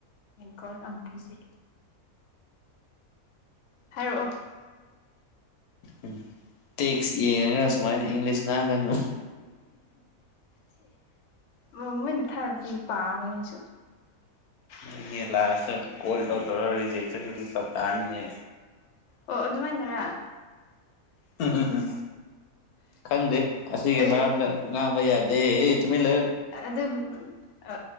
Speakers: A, on the left; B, on the left.
A: ꯀꯣꯀ ꯑꯁ ꯍꯥꯏꯔꯛꯑꯣ
B: ꯎꯝ ꯇꯦꯛꯁ ꯌꯦꯡꯉꯒ ꯁꯨꯃꯥꯏꯅ ꯏꯪꯂꯤꯁ ꯉꯥꯡꯒꯅꯨ
A: ꯃꯣꯏꯅ ꯊꯥꯔꯛꯄꯒꯤ ꯄꯥꯕꯅꯤꯁꯨ
B: ꯍꯣꯏꯅꯦ ꯂꯥꯁꯇ ꯀꯣꯜ ꯇꯧꯗꯧꯔ ꯔꯤꯖꯦꯛꯁ ꯆꯠꯇꯥꯥꯅꯤꯌꯦ
A: ꯑꯣ ꯑꯗꯨꯃꯥꯏꯅꯔ
B: <unintelligible> ꯈꯪꯗꯦ ꯑꯁꯤꯒꯤ
A: ꯑꯩ
B: ꯃꯔꯝꯗ ꯉꯥꯡꯕ ꯌꯥꯗꯦ ꯆꯨꯃꯤꯟꯂ
A: ꯑꯗ ꯑ